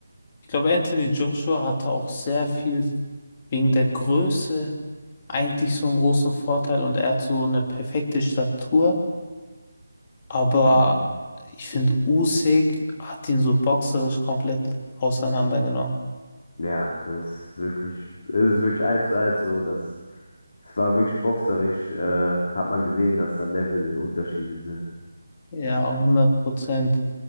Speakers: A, on the left; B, on the left.
A: Ich glaube, Anthony Joshua hatte auch sehr viel wegen der Größe eigentlich so einen großen Vorteil und er hat so eine perfekte Statur. Aber
B: Mhm.
A: ich finde, Usyk hat ihn so boxerisch komplett auseinandergenommen.
B: Ja, das ist wirklich, es ist wirklich eins zu eins so, dass es war wirklich boxerisch, äh, hat man gesehen, dass da Levelunterschiede sind.
A: Ja, 100 Prozent.